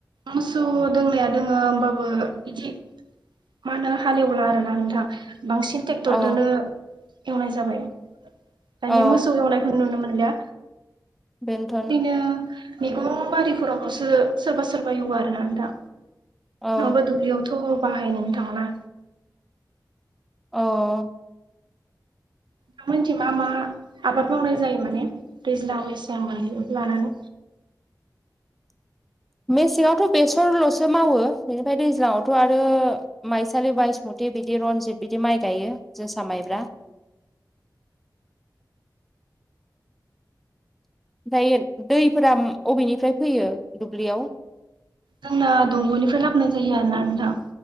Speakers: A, on the right; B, in the centre.
A: मोसौ दोंनाया दोंङो होमबाबो बिदि मा होनो हालिवला आरो ना नोंथां बांसिन ट्रेक्टरदोनो
B: औ
A: एवनाय जाबाय दानिया
B: औ
A: मोसौ एवनायखौ नुनो मोनो मोनो
B: बेनोथन
A: बिदिनो मैगं बारिफोरावसो सोरबा सोरबा एवो आरो ना दा नोंथां
B: औ
A: नंङाबा दुब्लियावथ' बाहायनोनो थांला
B: औ
A: नोंथांमोनथिं मा मा आबाद मावनाय जायो माने दैज्लां मेसें मोननैखौबो लानानै
B: <inaudible> मेसेंआवथ' बेसरल'सो मावो बेनिफ्राय दैज्लांवथ' आरो माइसालि बायस मथ बिबिदि रनजित बिदि माइ गायो जोसा माइब्रा ओमफ्राय दैफोरा अबेनिफ्राय फैयो दुब्लियाव
A: जोंना दंग'निफ्राय लाबोनाय जायो आरोना नोंथां